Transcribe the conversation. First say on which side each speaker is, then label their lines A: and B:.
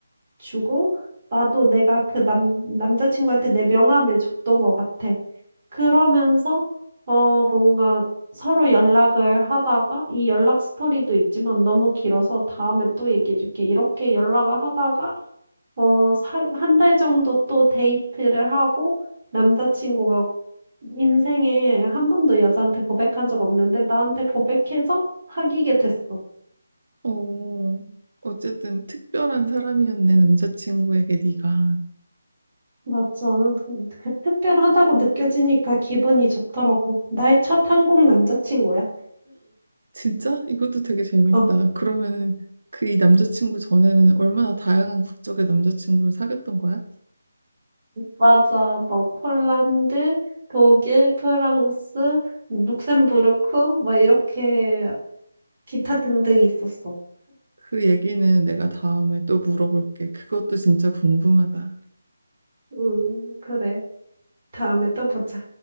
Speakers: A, on the right; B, on the right.
A: 주고 나도 내가 그 남 남자친구한테 내 명함을 줬던 것 같아. 그러면서 어 뭔가 서로 연락을 하다가 이 연락 스토리도 있지만 너무 길어서 "다음에 또 얘기해 줄게." 이렇게 연락을 하다가 어 한 달 정도 또 데이트를 하고 남자친구가 인생에 한 번도 여자한테 고백한 적 없는데 나한테 고백해서 사귀게 됐어.
B: 어, 어쨌든 특별한 사람이었네, 남자친구에게 네가.
A: 맞아. 그, 그 특별하다고 느껴지니까 기분이 좋더라고. 나의 첫 한국 남자친구야.
B: 진짜? 이것도 되게 재밌다.
A: 어,
B: 그러면은 그 이 남자친구 전에는 얼마나 다양한 국적의 남자친구를 사귀었던 거야?
A: 맞아. 뭐 폴란드, 독일, 프랑스, 룩셈부르크, 뭐 이렇게 기타 등등 있었어.
B: 그 얘기는 내가 다음에 또 물어볼게. 그것도 진짜 궁금하다.
A: 음, 그래. 다음에 또 보자.